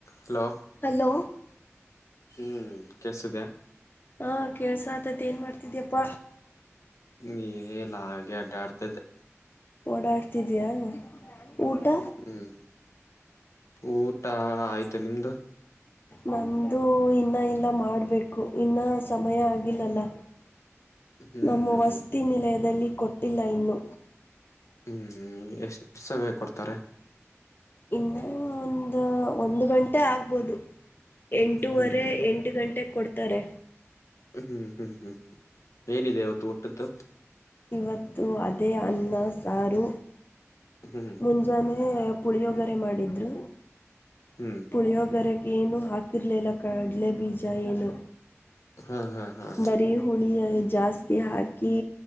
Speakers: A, on the left (about 85°); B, on the left (about 45°).
A: Hello
B: hello
A: ಹ್ಮ್ ಕೆಸತಿದ್ಯಾ
B: ಹಾ ಕೇಳ್ಸತತಿ ಏನ್ ಮಾಡ್ತಿದ್ಯಪ್ಪ.
A: ಹ್ ಇಲ್ಲಿ ಆಗೆ ಅಡ್ಡತ್ತಿದೆ.
B: ಓಡಾಡ್ತಿದಿಯಾ ಊಟ.
A: ಹ್ಮ್ ಊಟ ಆಯ್ತು ನಿಮ್ದು.
B: ನಂದೂ ಇನ್ನ ಇಲ್ಲ ಮಾಡ್ಬೇಕು ಇನ್ನ ಸಮಯ ಆಗಿಲ್ಲ ಅಲ್ಲ
A: ಹ್ಮ್
B: ನಮ್ಮ
A: ಹ್ಮ್
B: ವಸ್ತಿ
A: ಹ್ಮ್
B: ನಿಲಯದಲ್ಲಿ ಕೊಟ್ಟಿಲ್ಲ ಇನ್ನು.
A: ಹ್ಮ್ ಎಷ್ಟು ಸವಯ ಕೊಡ್ತಾರೆ.
B: ಇನ್ನೂ ಒಂದು ಒಂದು ಗಂಟೆ ಆಗ್ಬೋದು‌. ಎಂಟೂವರೆ
A: ಹ್ಮ್
B: ಎಂಟು ಗಂಟೆಗೆ ಕೊಡ್ತಾರೆ.
A: ಹ್ಮ್ ಹ್ಮ್ ಹ್ಮ್ ಹ್ಮ್ ಏನಿದೆ ಇವತ್ತು ಊಟ್ಟುದ್ದು.
B: ಇವತ್ತು ಅದೇ ಅನ್ನ ಸಾರು.
A: ಹ್ಮ್ ಹ್ಮ್
B: ಮುಂಜಾನೆ ಪುಳಿಯೋಗರೆ ಮಾಡಿದ್ರು
A: ಹ್ಮ್
B: ಪುಳಿಯೋಗರೆಗೆ ಏನು ಹಾಕಿರಲಿಲ್ಲ ಕಡಲೆ ಬೀಜ ಏನು
A: ಹಾ ಹಾ ಹಾ
B: ಬರೀ ಹುಳಿ ಜಾಸ್ತಿ ಹಾಕಿ